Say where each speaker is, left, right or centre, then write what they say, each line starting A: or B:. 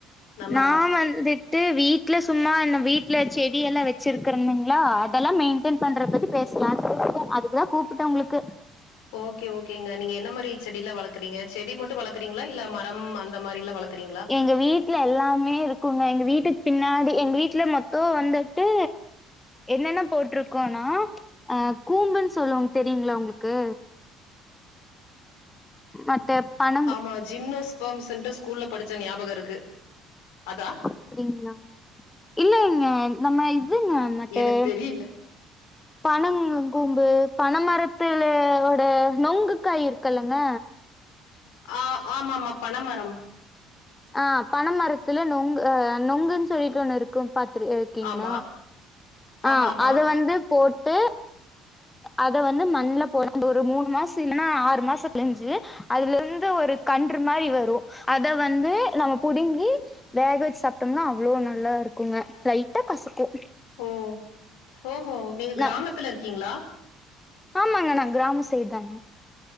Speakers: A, on the left; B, on the left.
A: நம்ம
B: நா வந்துட் ட்டு வீட்ல சும்மா இந்த வீட்ல செடி எல்லா வச்சிருக்கறந்தங்ளா அதெல்லா மெயின்டெயன் பண்ற பத்தி பேசலாம் அதுக்குதா கூப்ட்ட உங்ளுக்கு
A: ஓகே ஓகேங்க நீங்க என்ன மாரி செடில்லா வளக்குறீங்க செடி மட்டும் வளக்குறீங்ளா இல்ல மரம் அந்த மாரில்லா வளக்குறீங்ளா
B: எங்க வீட்ல எல்லாமே இருக்குங்க எங்க வீட்டுக் பின்னாடி எங்க வீட்ல மொத்தோ வந்துட்டு என்னென்ன போட்ருக்கோனா அ கூம்புன் சொல்லுவாங்க தெரியுங்ளா உங்ளுக்கு மத்த பன
A: ஆமா ஜிம்னோஸ்பம்ஸ்ன்ட்டு ஸ்கூல்ல படிச்ச ஞாபக இருக்கு அதா
B: அப்டிங்ளா இல்லங்க நம்ம இதுங்க மத்த
A: எனக்கு தெரியல
B: பனங் கூம்பு பனமரத்துலோட நொங்குக்காய் இருக்குல்லங்க
A: ஆ ஆமாமா பன மரம்
B: ஆ பன மரத்துல நுங்கு அ நொங்குன் சொல்லிட்டு ஒண்ணு இருக்கும் பாத்து
A: ஆமா
B: ஆ
A: ஆமா ஆமா
B: அது வந்து போட்டு அத வந்து மண்ல போற போது மூணு மாஸ் இல்லன்னா ஆறு மாசோ கழிஞ்சு அதுலருந்து ஒரு கன்று மாரி வரும் அத வந்து நம்ம புடுங்கி வேக வெச் சாப்ட்டோம்னா அவ்ளோ நல்லா இருக்குங்க லைட்டா கசக்கும்
A: ஓ ஓஓ நீங்க
B: ந
A: கிராமத்துல இருக்கீங்ளா
B: ஆமாங்க நா கிராமோ சைட் தாங்க